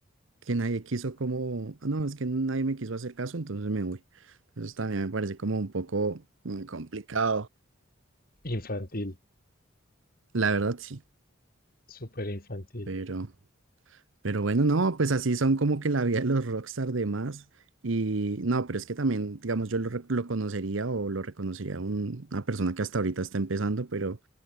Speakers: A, on the right; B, on the left.
A: que nadie quiso como, "Ah, no, es que nadie me quiso hacer caso, entonces me voy. Entonces también me parece como un poco mm, complicado,
B: Infantil,
A: la verdad sí,
B: súper infantil.
A: pero, pero bueno, no, pues así son como que la vida de los rockstar de más, y no, pero es que también, digamos, yo lo, rec- lo conocería o lo reconocería a un- una persona que hasta ahorita está empezando, pero